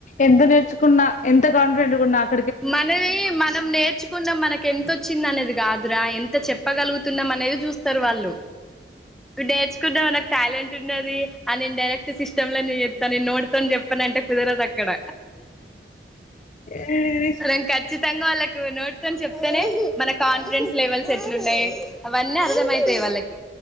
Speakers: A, on the left; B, in the centre.
A: ఎంత నేర్చుకున్నా ఎంత కాన్ఫిడెంట్గున్న
B: మనది మనం నేర్చుకున్న మనకి ఎంతొచ్చింది అనేది కాదురా ఎంత చెప్పగలుగు తున్నా మనేదే చూస్తరు వాళ్ళు నేర్చుకుంటే మనకు టాలెంట్ న్నది ఆ నేను డైరెక్ట్ సిస్టమ్ లోనే చేత్త నేను నొటితోన్ చెప్పన్ అంటే కుదరదక్కడ
A: ఏ
B: మనం ఖచ్చితంగా వాళ్ళకు నోట్ తోన్ చెప్తనే మన కాన్ఫిడెన్స్ లెవెల్స్ ఎట్లున్నయి అవన్నీ అర్థమైతయి వాళ్ళకి